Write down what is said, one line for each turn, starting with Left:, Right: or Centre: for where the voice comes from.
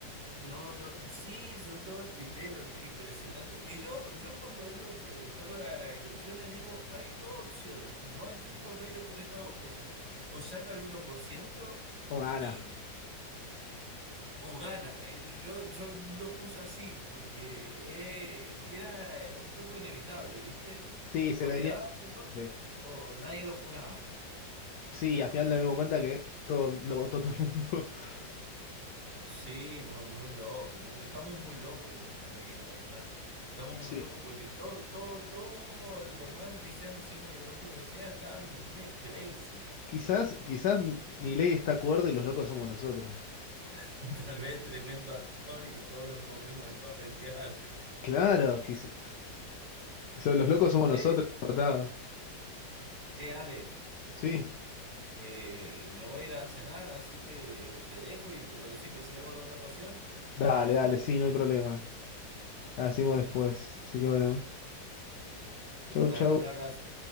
Right: No, no, sí, son todos tuiteros, ¿no? impresionante. Y yo, yo cuando ellos fue- fueron a las elecciones digo, hay dos opciones, no hay punto medio entre estas dos cosas. O saca el uno por ciento
Left: O gana.
Right: y, o gana. Eh, Yo, yo lo puse así porque eh, era eh, un poco inevitable, ¿viste?
Left: Sí, se
Right: O
Left: venía.
Right: le daban pelota
Left: Sí,
Right: o nadie lo juraba.
Left: Sí, al final nos dimos cuenta que todo lo votó todo el mundo. <laughs>
Right: Sí, muy, muy loco, muy loco. Estamos muy locos como país, la verdad. Estamos
Left: Sí.
Right: muy locos porque todo, todo, todo, por más de que sean signo ideológico que sea, están re crazy.
Left: Quizás, quizás Milei está acuerdo y los locos somos nosotros.
Right: <laughs> Tal vez tremendo actor y todos nos comemos
Left: Sí.
Right: el papel que hace.
Left: Claro, quizás, los locos somos nosotros,
Right: Che,
Left: ¿verdad?
Right: che, Ale,
Left: Sí.
Right: eh, me voy a ir a cenar, así que eh, te dejo y te parece que sigamos en otra ocasión.
Left: Dale, dale, sí, no hay problema. La decimos después. Así que bueno. Chau,
Right: Dale,
Left: chau.
Right: un abrazo.